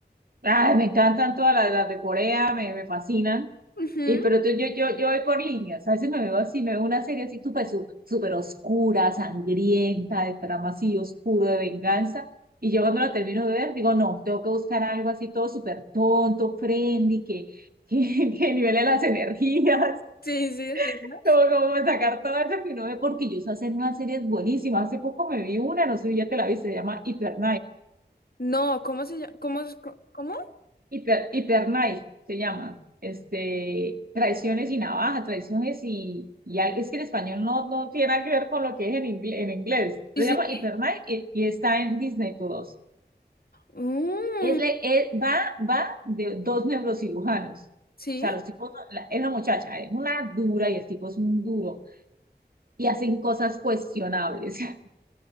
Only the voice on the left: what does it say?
Ujú.
Sí, sí, entiendo.
No, ¿cómo se llama? ¿Cómo? es- ¿Cómo?
Sí,
sí,
sí.
Mm.
¿Sí?